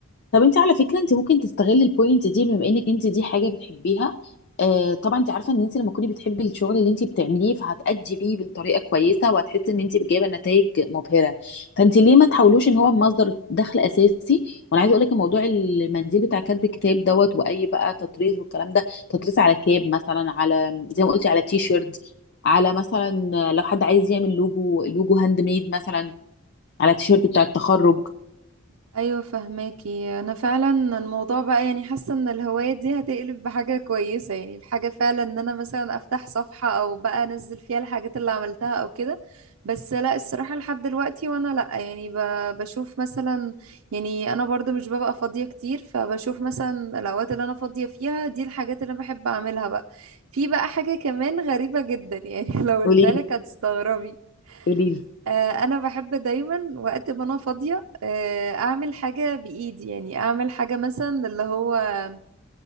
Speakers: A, on the left; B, on the right.
A: طب انت على فكره انت ممكن تستغلي البوينت دي بما انك انت دي حاجه بتحبيها آه طبعا انت عارفه ان انت لما تكوني بتحبي الشغل اللي انت بتعمليه فهتأدي فيه بطريقه كويسه وهتحسي ان انت جايبه نتائج مبهره فانت ليه ما تحاولوش ان هو مصدر دخل اساسي وانا عايزه اقول لك موضوع المنديل بتاع كتب الكتاب دوت واي بقى تطريز والكلام ده تطريز على كاب مثلا على زي ما قلتي على تي شيرت على مثلا لو حد عايز يعمل لوجو لوجو هاند ميد مثلا على تيشيرت بتاع التخرج
B: ايوه فهماكي انا فعلا الموضوع بقى يعني حاسه ان الهوايه دي هتقلب بحاجه كويسه يعني بحاجه فعلا ان انا مثلا افتح صفحه او بقى انزل فيها الحاجات اللي عملتها او كده بس لا الصراحه لحد دلوقتي وانا لا يعني ب- بشوف مثلا يعني انا برضو مش ببقى فاضيه كتير فبشوف مثلا الاوقات اللي انا فاضيه فيها دي الحاجات اللي انا بحب اعملها بقى في بقى حاجه كمان غريبه جدا يعني <laughs> لو قلتها
A: قولي لي
B: لك هتستغربي
A: قولي لي
B: آه، انا بحب دايما وقت ما انا فاضيه آه، اعمل حاجه بايدي يعني اعمل حاجه مثلا اللي هو آه،